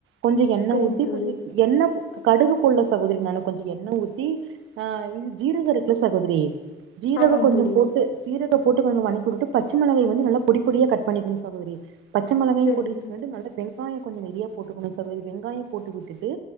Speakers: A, on the right; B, on the left.
A: கொஞ்ச எண்ணெ
B: சரிங்க
A: ஊத்தி
B: தோழி
A: கொஞ்ச எண்ண கடுகு போல்ல சகோதிரி மேல கொஞ்சம் எண்ணெ ஊத்தி அது ஜீரகம் இருக்குல்ல சகோதிரி ஜீரகம்
B: ஆமாங்
A: கொஞ்சம்
B: தோழி
A: போட்டு ஜீரகம் போட்டு வனக்கிவிட்டு பச்சைமிளகாய வந்து நல்ல பொடி பொடியா கட் பண்ணிக்கனும் சகோதிரி பச்சமெளகாய
B: சரிங்
A: போட்டுட்டு
B: தோழி
A: வந்து நல்லா ஃபிறை வெங்காயம் கொஞ்சம் நெறையா போட்டுக்கணும் சகோதிரி வெங்காயம் போட்டு விட்டுட்டு